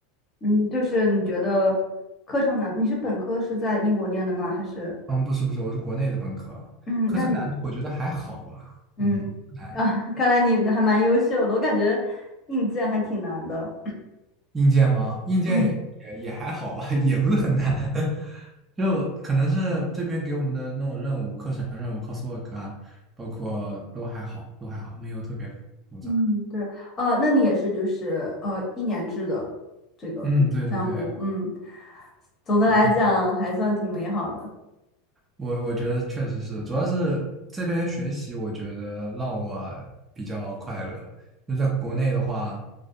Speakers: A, on the left; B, on the right.
A: 嗯，就是你觉得课程难？你是本科是在英国念的吗？还是
B: 嗯，不是不是，我是国内的本科，
A: 嗯，
B: 课程难度我觉得还好吧，
A: 那你嗯啊，
B: 嗯，不难。
A: <laughs> 看来你还蛮优秀的，我感觉硬件还挺难的。
B: 硬件吗？硬件也也也还好吧，
A: 嗯
B: <laughs> 也不是很难，<laughs> 就可能是这边给我们的那种任务、课程任务、c o s w o r k 啊，包括都还好，都还好，没有特别复杂。
A: 嗯，对，呃，那你也是就是呃一年制的这个项目，
B: 嗯，对对对。
A: 嗯，总的来讲还算挺美好的。
B: 然后我我觉得确实是，主要是这边学习，我觉得让我比较快乐。就在国内的话，